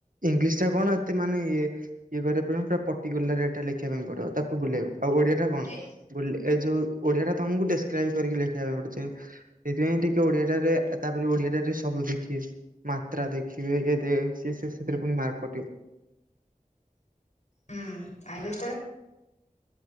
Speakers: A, on the right; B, on the left.
A: ଇଂଲିଶ ଟା କଣ ଏତେ ମାନେ ଇଏ ଇଏ କରିବାକୁ ପଡିବ ପୁରା ପର୍ଟିକୁଲାରଇଟା ଲେଖିବା ପାଇଁ ପଡିବ ତାକୁ ବୁଲେଇବ ଆଉ ଓଡିଆ ଟା କଣ?
B: ଏ
A: ଏ ଯୋଉ ଓଡିଆ ଟା ତମକୁ ଡେସକ୍ରାଇବ କରିକି ଲେଖେଇିବାକୁ ପାଇଁ ପଡୁଥିବ। ସେଥିପାଇଁ ଟିକେ ଓଡିଆଟାରେ ତାପରେ ଓଡିଆଟାରେ ସବୁ ଦେଖିବେ ମାତ୍ରା ଦେଖିବେ ତେ ସେ ସେଥିରେ ପୁଣି ମାର୍କ କଟିବ।
B: <unintelligible> ତେଣୁ କରି